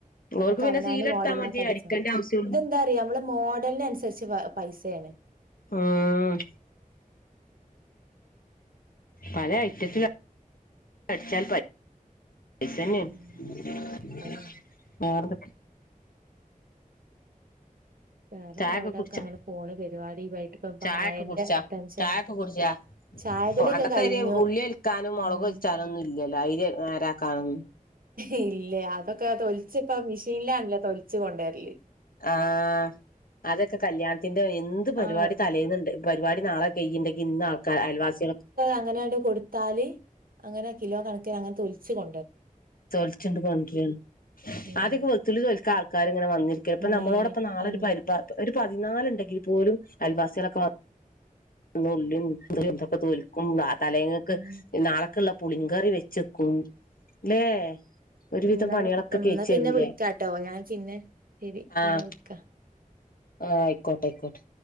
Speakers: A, on the right; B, on the left.
A: നമ്മക്ക്
B: ഓർക്ക് പിന്നെ
A: അവനാന്
B: സീലെടുത്താൽ
A: മോഡലിനൊക്കെ
B: മതി
A: അടിച്ച
B: അടിക്കേണ്ട ആവശ്യള്ളൂ
A: ഇതെന്താറിയാ നമ്മള് മോഡലിനനുസരിച്ച് പൈസെ ആണ്
B: ഉം പല ഐറ്റത്തിലൊ അടിച്ചാൽ പറ്റ് <unintelligible>
A: ഉം അതന്നെ
B: വേറെന്തൊക്കെ?
A: വേറെന്താ
B: ചായൊക്ക
A: ഇവിടെക്കെ
B: കുടിച്ചാ?
A: അങ്ങനെ പോണ് പരിപാടി വൈകിട്ട് ഇപ്പ ഇപ്പ
B: ചായൊക്ക
A: മഴന്റെ
B: കുടിച്ചാ?
A: ടെൻഷന്
B: ചായൊക്ക കുടിച്ചാ? <unintelligible>
A: ചായകുടിയൊക്കെ കഴിഞ്ഞു
B: ഉള്ളി തൊലിക്കാനും മൊളക്
A: ഉം
B: തൊലിച്ചാനും ഒന്നും ഇല്ലല്ലോ അയിര് നേരം ആക്കാനും
A: ഇല്ല അതൊക്കെ തൊലിച്ച് ഇപ്പ മിഷീനിലാണല്ലോ തൊലിച്ച് കൊണ്ട് വരല്
B: ആഹ് അതൊക്ക കല്യാണത്തിന്റെ എന്ത് പരിപാടി
A: ആഹ്
B: തലേന്ന്ണ്ട് പരിപാടി നാളെ കൈയിണ്ടെങ്കി ഇന്ന് ആൾക്കാ അയൽവാസ്യാളൊക്ക
A: അങ്ങനെ അങ്ങട് കൊടുത്താല് അങ്ങനെ കിലോ കണക്കിന് അങ്ങന തൊലിച്ച് കൊ
B: തൊലിച്ചു അങ്ങട് <unintelligible>
A: ഉം
B: ആദ്യൊക്കെ വെളുത്തുള്ളി തൊലിക്കാൻ ആൾക്കാര് ഇങ്ങനെ വിന്നിരിക്ക ഇപ്പ
A: നേ
B: നമ്മളോടൊപ്പം നാളെ
A: അന്നെ
B: ഒരു പരിപാ ഒരു പതിനാല് ഇണ്ടെങ്കിൽ പോലും അൽവാസികളൊക്കെ വ <unintelligible> തൊലിക്കും നാളെ തലേങ്ങക്ക്
A: ഉം
B: നാളെക്ക്ള്ള പുളിങ്കറി വെച്ചു വെക്കും ല്ലേ ഒരുവിധം
A: എന്നാ
B: പണികളൊക്കെ
A: എന്നാ
B: കഴിച്ച്
A: പിന്നെ
B: തരൂല്ലേ
A: വിളിക്കാട്ടോ ഞാൻ പിന്നെ ശരി
B: ആഹ്
A: പിന്നെ വിളിക്കാ
B: ആഹ് ആയിക്കോട്ടെ അയിക്കോട്ടെ